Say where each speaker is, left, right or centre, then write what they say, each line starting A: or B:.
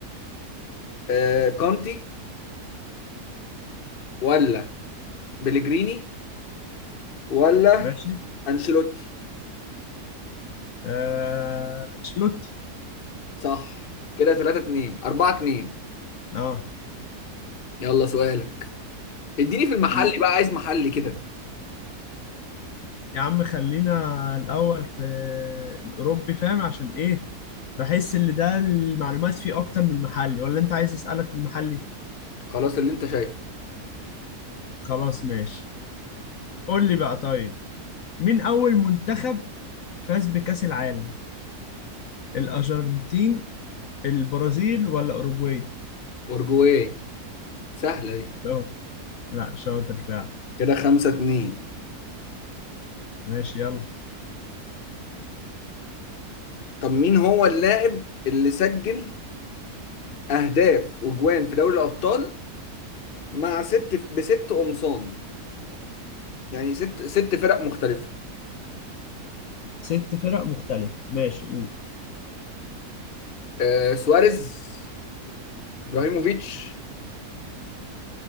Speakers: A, on the left; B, on the left.
A: آه كونتي ولا بليجريني ولا
B: ماشي
A: انشيلوتي
B: آه... انشيلوتي
A: صح كده 3 2 4 2
B: اه
A: يلا سؤالك اديني في المحل
B: م.
A: بقى عايز محل كده
B: يا عم خلينا الاول في الاوروبي فاهم عشان ايه بحس ان ده المعلومات فيه اكتر من المحلي ولا انت عايز اسالك في المحلي
A: خلاص اللي انت شايفه
B: خلاص ماشي قول لي بقى طيب مين اول منتخب فاز بكأس العالم الأرجنتين البرازيل ولا أوروجواي
A: اورجواي سهلة دي
B: شاطر لا شاطر فعلا
A: كده خمسة اتنين
B: ماشي يلا
A: طب مين هو اللاعب اللي سجل اهداف وجوان في دوري الابطال مع ست بست قمصان يعني ست ست فرق مختلفة
B: ست فرق مختلفة ماشي قول
A: آه سواريز ابراهيموفيتش